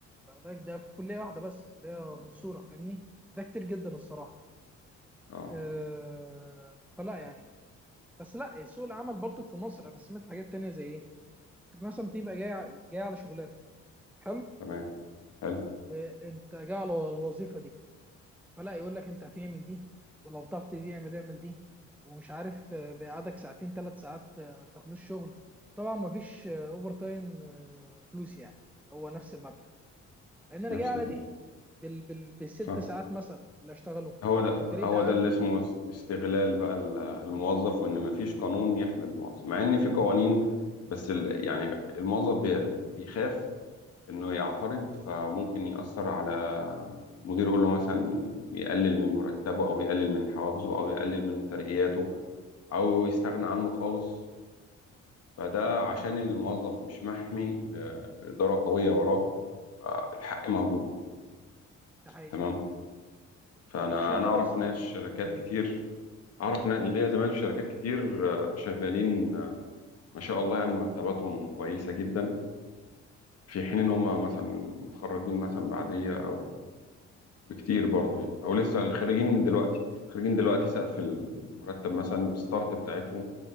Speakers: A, in the centre; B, on the left (about 55°).
A: فده ده في كليه واحده بس اللي هي منصوره فاهمني ده كتير جدا الصراحه
B: اه
A: آه فلا يعني بس لا سوق العمل برضو في مصر انا سمعت حاجات تانية زي ايه انت مثلا بتبقى جاي جاي على شغلانه حلو
B: تمام حلو
A: وانت جاي على الوظيفه دي فلا يقول لك انت هتعمل دي ولو بتعرف دي اعمل اعمل دي ومش عارف آه، بيقعدك ساعتين ثلاث ساعات آه، تخلص شغل طبعا ما فيش اوفر تايم آه، فلوس يعني هو نفس المبلغ لان انا
B: نفس
A: جاي على
B: المعنى
A: دي بال بال بالست
B: صح
A: ساعات مثلا اللي اشتغله
B: هو ده
A: انت ليه
B: هو
A: تقعدني
B: ده اللي اسمه اس- استغلال بقى ال- الموظف وان مفيش قانون يحمي الموظف مع ان في قوانين بس ال... يعني الموظف بي... بيخاف انه يعترض فممكن يأثر على مديره يقول له مثلا يقلل من مرتبه او يقلل من حوافزه او يقلل من ترقياته او يستغنى عنه خالص فده عشان الموظف مش محمي ب- بإدارة قوية وراه فالحق مهدور
A: ده حقيقي
B: تمام فانا
A: فعشان
B: انا
A: كده
B: اعرف
A: الصراحه
B: ناس شركات
A: ايوه
B: كتير اعرف نا- ليا زمايل في شركات كتير آه، شغالين آه، ما شاء الله يعني مرتباتهم كويسة جدا في حين ان هم مثلا متخرجين مثلا بعدية او بكتير برضو يعني او لسه الخريجين دلوقتي الخريجين دلوقتي سقف المرتب مثلا الستارت بتاعتهم